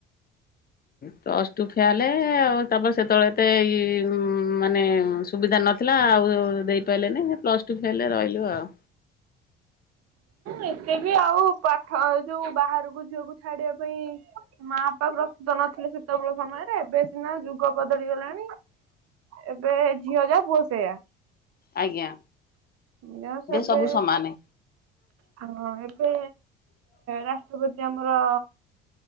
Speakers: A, on the left (about 30°); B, on the right (about 55°).
A: ପ୍ଲସ ଟୁ ଫେଲ ଆଉ ତାପରେ ସେତେବେଳେ ତ ଏଇ ମାନେ ମ ସୁବିଧା ନଥିଲା ଆଉ ଦେଇପାରିଲେନି ପ୍ଲସ୍ ଟୁ ଫେଲ୍ ରହିଲୁ ଆଉ।
B: ଏତେ ବି ଆଉ ପାଠ ଯୋଉ ବାହାରକୁ ଝିଅକୁ ଛାଡିବା ପାଇଁ ମାପା ପ୍ରସ୍ତୁତ ନଥିଲେ ଶୀତ ବଳ ସମୟରେ ଏବେ ସିନା ଯୁଗ ବଦଳି ଗଲାଣି। ଏବେ ଝିଅ ଯା ପୁଅ ସେୟା।
A: ଆଜ୍ଞା
B: ନିରାସ ଏବେ
A: ସବୁ ସମାନେ
B: ହଁ ଏବେ ରାଷ୍ଟ୍ରପତି ଆମର